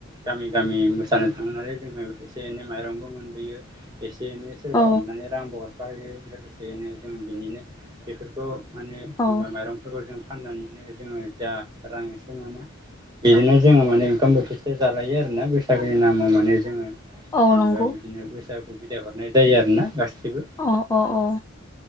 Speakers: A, on the right; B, on the left.
A: गामि गामि मोसानो थाङो नालाय जोङो एसे एनै माइरंबो मोनबोयो एसे एनै सोरबा
B: औ
A: अननानै रांबो हरफायो लोगोसेयैनो जों बिनिनो बेफोरखौ माने
B: औ
A: जेनेबा माइरं फोरखौ जों फाननानैनो जोङो जा रां एसे बिदिनो जोङो माने ओंखाम बोथिसे जालायो आरोना बैसागोनि नामाव माने
B: औ
A: जेनेबा
B: नंगौ
A: बिदिनो बैसागु बिदाय हरनाय जायो आरो ना गासैबो।
B: अ अ औ